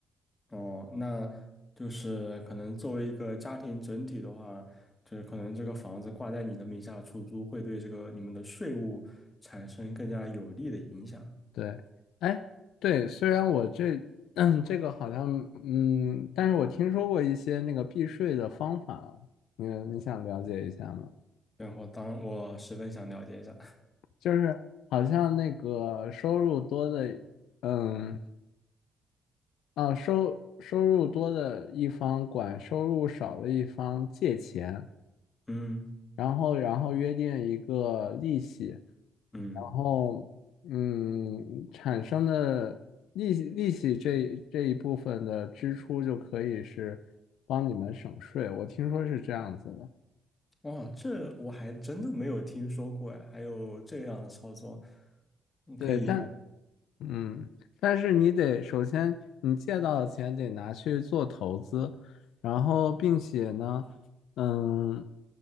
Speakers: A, on the left; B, on the left.
A: 哦，那就是可能作为一个家庭整体的话，就是可能这个房子挂在你的名下出租，会对这个你们的税务产生更加有利的影响。
B: 对，哎，对，虽然我这，<clears throat> 嗯这个好像，嗯，但是我听说过一些那个避税的方法，你你想了解一下吗？
A: 对，我当我十分想了解一下。
B: 就是好像那个收入多的，嗯，啊，收收入多的一方管收入少的一方借钱，
A: 嗯
B: 然后然后约定一个利息。
A: 嗯，
B: 然后，嗯，产生的利息利息这这一部分的支出就可以是帮你们省税，我听说是这样子的。
A: 哇，这我还真的没有听说过呀，还有这样的操作，你可以研
B: 对，嗯但嗯，但是你得首先你借到的钱得拿去做投资，然后并且呢，嗯